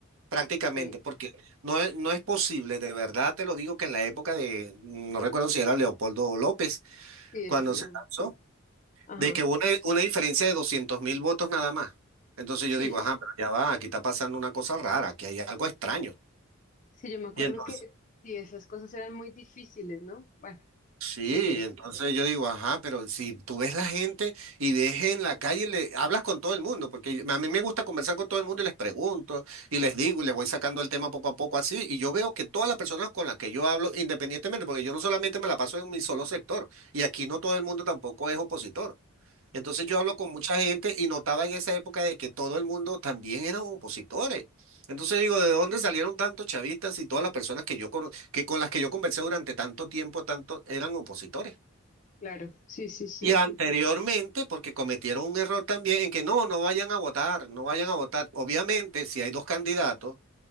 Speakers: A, on the right (about 75°); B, on the left (about 35°).
A: prácticamente,
B: Ok.
A: porque no es, no es posible, de verdad te lo digo, que en la época de, no recuerdo si era Leopoldo López,
B: Sí,
A: cuando
B: es bueno.
A: se lanzó,
B: Ajá.
A: de que hubo una, una diferencia de doscientos mil votos nada más. Entonces
B: Sí.
A: yo digo, ajá, pero ya va, aquí está pasando una cosa rara, aquí hay algo extraño.
B: Sí, yo me acuerdo
A: Y entonces,
B: que sí, esas cosas eran muy difíciles, ¿no? Bueno,
A: Sí,
B: sigue.
A: entonces yo digo, ajá, pero si tú ves la gente y ves en la calle, le hablas con todo el mundo, porque a mí me gusta conversar con todo el mundo y les pregunto y les digo y les voy sacando el tema poco a poco así, y yo veo que todas las personas con las que yo hablo, independientemente, porque yo no solamente me la paso en mi solo sector, y aquí no todo el mundo tampoco es opositor. Entonces
B: Ok,
A: yo hablo con mucha gente y notaba en esa época de que todo el mundo también eran opositores. Entonces digo, ¿de dónde salieron tantos chavistas y todas las personas que yo cono- que con las que yo conversé durante tanto tiempo, tanto eran opositores?
B: claro, sí, sí, sí.
A: Y anteriormente, porque cometieron un error también en que no, no vayan a votar, no vayan a votar. Obviamente, si hay dos candidatos